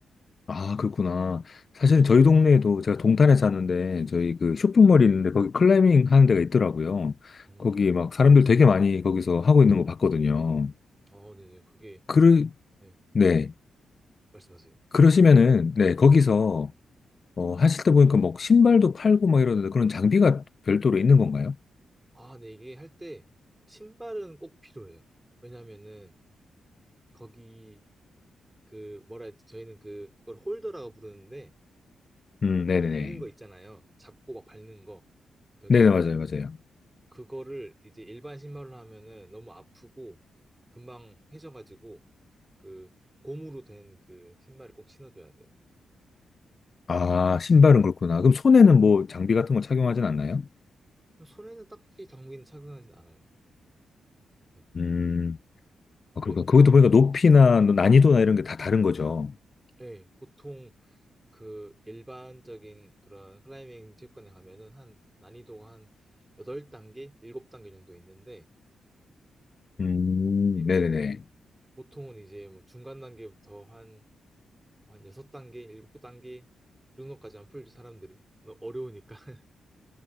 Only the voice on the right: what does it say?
음,
아 네네, 그게
네,
말씀하세요.
아, 네, 이게 할때 그 신발은 꼭 필요해요. 왜냐면은 거기 그 뭐라 했지? 저희는 그걸 홀더라고 부르는데
밟는 거 있잖아요. 잡고 막 밟는 거. 벽에서
그거를 이제 일반 신발로 하면은 너무 아프고 금방 해져가지고 그 고무로 된 그 신발을 꼭 신어줘야 돼요.
손에는 딱히 장비는 착용하진 않아요. 네.
그래서
예, 보통 그 일반적인 그런 클라이밍 체육관에 가면은 한 난이도가 한 8단계, 7단계 정도 있는데
이제
뭐 보통은 이제 뭐 중간 단계부터 한, 한 6단계, 7단계, 그 정도까지 안 풀죠, 사람들이. 너무 어려우니까. <laughs>